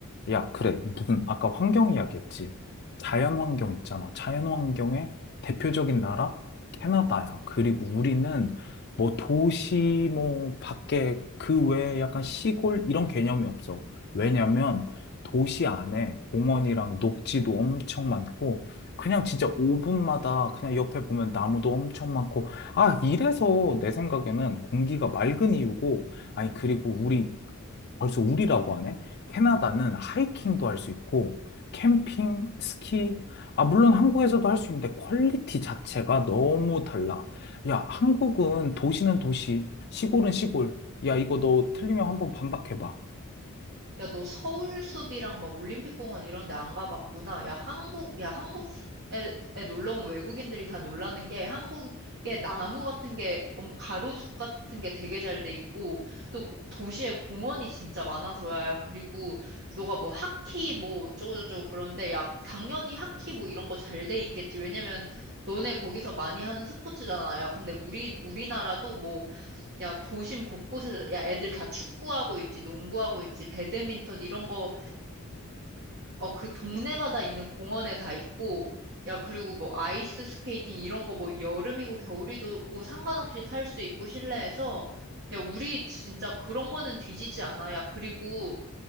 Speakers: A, on the left (about 50°); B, on the right (about 50°).
A: 야, 그래. 무슨 아까 환경 이야기했지. 자연 환경 있잖아. 자연 환경의 대표적인 나라 캐나다야. 그리고 우리는 뭐 도시 뭐 밖에 그 외에 약간 시골 이런 개념이 없어. 왜냐면 도시 안에 공원이랑 녹지도 엄청 많고 그냥 진짜 5분마다 그냥 옆에 보면 나무도 엄청 많고 아, 이래서 내 생각에는 공기가 맑은 이유고 아니 그리고 우리 벌써 우리라고 하네? 캐나다는 하이킹도 할 수 있고, 캠핑, 스키, 아, 물론 한국에서도 할 수 있는데 퀄리티 자체가 너무 달라. 야, 한국은 도시는 도시, 시골은 시골. 야, 이거 너 틀리면 한번 반박해봐.
B: 야, 너 서울숲이랑 막 올림픽공원 이런 데 안 가봤구나. 야, 한국, 야, 한국에 에 놀러 온 외국인들이 다 놀라는 게 한국에 나무 같은 게, 엄- 가로수 같은 게 되게 잘 돼 있고, 또 그- 도시에 공원이 진짜 많아서야. 야, 그리고 너가 뭐 하키 뭐 어쩌고저쩌고 그러는데, 야, 당연히 하키 뭐 이런 거 잘 돼 있겠지. 왜냐면 너네 거기서 많이 하는 스포츠잖아. 야, 근데 우리, 우리나라도 뭐 야, 도심 곳곳에, 야, 애들 다 축구하고 있지, 농구하고 있지, 배드민턴 이런 거, 어, 그 동네마다 있는 공원에 다 있고, 야, 그리고 뭐 아이스 스케이팅 이런 거 뭐 여름이고 겨울이고 상관없이 탈 수 있고 실내에서, 야, 우리 진짜 그런 거는 뒤지지 않아. 야, 그리고